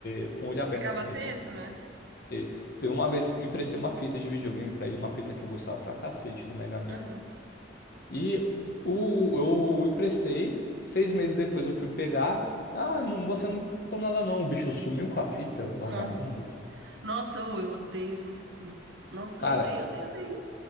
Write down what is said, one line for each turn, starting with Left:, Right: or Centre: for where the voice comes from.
Left: eh, com o olho aberto
Right: Ficava
Left: com
Right: atento,
Left: ele.
Right: né?
Left: E teve uma vez que eu emprestei uma fita de videogame pra ele, uma fita que eu gostava pra cacete do Mega Man.
Right: Aham.
Left: E o, eu emprestei, seis meses depois eu fui pegar. Ah, não, você não emprestou nada não, o bicho sumiu com a fita, o vagabundo.
Right: Nossa. Nossa, ô, eu odeio gente assim. Nossa,
Left: Cara,
Right: odeio, odeio, odeio.